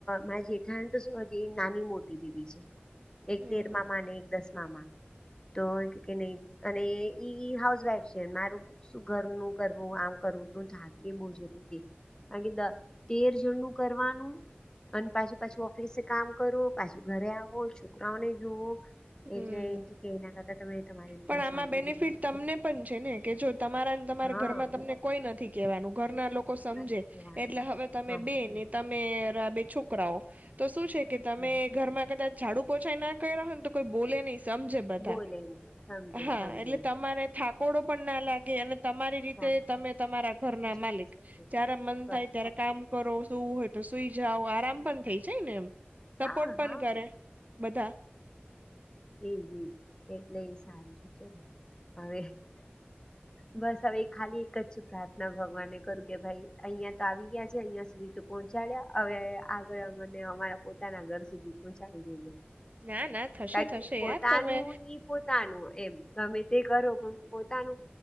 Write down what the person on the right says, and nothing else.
હમ
હમ
પણ આમાં
બેનિફિટ
તમને પણ છે, ને કે જો તમારા તમારા
ઘરમાં તમને કોઈ નથી કેહેવાનું ઘરના લોકો સમજે
એટલે હવે તમે
બે
ને તમે બે છો છોકરાઓ તો શું છે કે તમે
ઘરમાં કદાચ બાડુ પોછાાઈ ના કર રહો ને તો કોઈ બોલે નહીિ. સમજે બધા
હા
એટલે
તમારે થાકોડો પણ ના લાગે અને. તમારી રીતે
તમે તમારા ઘર ના
માલિક
જય્યારે મન
થાય ત્યારે કામ કરો શું હોય. તો સુઈ જાવ આરામ પણ થઇ જાય ને એમ
સપોર્ટ પણ
કરે બધા.
ના ના થશે
થશે
યાર તમે
હમ